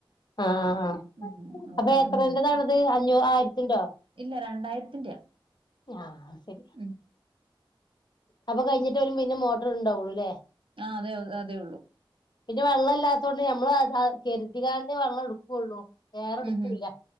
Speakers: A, on the left; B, on the right.
A: ആ ആ
B: ഉം അതുകൊണ്ട്
A: അപ്പൊ
B: അവിടുന്ന്
A: എത്രേണ്ടതാണത്
B: മേടിച്ചു
A: അഞ്ഞൂ ആയിരത്തിന്റോ
B: ഇല്ല രണ്ടായിരത്തിന്റെയാ
A: ആ ശരി
B: ഉം
A: അപ്പൊ കഴിഞ്ഞിട്ട വരും പിന്നെ മോട്ടർ ഉണ്ടാവുള്ളു അല്ലേ
B: ആ അതെ അതേ ഉള്ളൂ
A: പിന്നെ വെള്ളം ഇല്ലാത്ത കൊണ്ട് നമ്മൾ അത് കെരുതി കാണ്ട് വെള്ളം എടുക്കുകയുള്ളൂ ഏറെടുക്കൂല്ല
B: ഉം ഉം